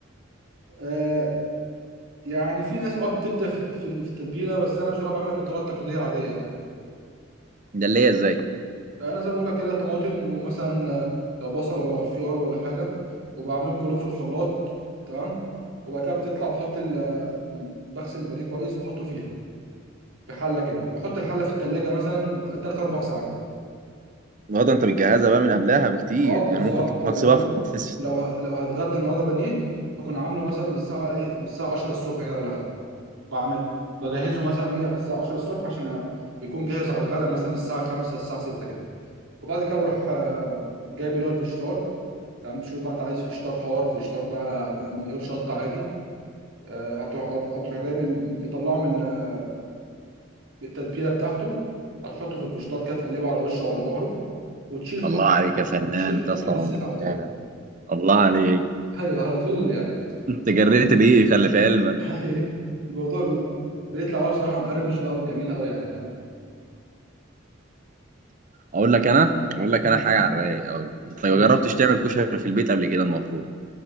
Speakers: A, on the right; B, on the right.
A: آه يعني في ناس اه بتبدع في الت- في ال- في التتبيله بس انا بصراحه بعملها بالطريقه التقليديه العاديه يعني
B: ده اللي هي ازاي
A: انا زي ما بقول لك كده طماطم ومثلا لو بصل ولا خيار ولا حاجه وبعملهم كلهم في الخلاط تمام وبعد كده بتطلع بحط ال ال- بغسل البانيه كويس واحطه فيها في حله كده واحط الحله في التلاجة مثلا 3 4 ساعات
B: النهارده انت بتجهزها بقى من قبلها بكتير
A: اه بالظبط
B: يعني ممكن تكون
A: يعني
B: هتسيبها
A: انا
B: في... تس-
A: لو ه... لو هتغدى النهارده بانيه هكون عامله مثلا من الساعه ايه من الساعه 10 الصبح كده ولا حاجه بعمل بجهزه مثلا ايه على الساعه 10 الصبح عشان يكون جاهز على الغدا مثلا الساعه 5 الساعه 6 كده وبعد كده بروح آه، جايب اللي هو الفشتار تمام شوف بقى انت عايز فيشتار حار فيشتار بقى من غير شطه عادي آه، هتقعد هتروح جايب ال- مطلعه من ال- التتبيله بتاعته هتحطه في الفيشتار كده تقلبه على وشه وعلى ظهره وتشيل تحط
B: الله عليك يا فنان
A: وتشيل تحطه
B: قسما
A: في الزيت
B: <laughs>
A: على طول
B: بالله الله عليك
A: ايوه على طول يعني
B: انت جريت
A: هتحطه في الزيت
B: ليه خلي في علمك
A: <laughs> الموضوع بي- بيطلع بقى بصراحه مقرمش بقى وجميل قوي يعني فاهم
B: اقول لك انا اقول لك
A: مم.
B: انا حاجه على الرايق قوي انت ما
A: مم.
B: جربتش تعمل كشري في البيت قبل كده المفروض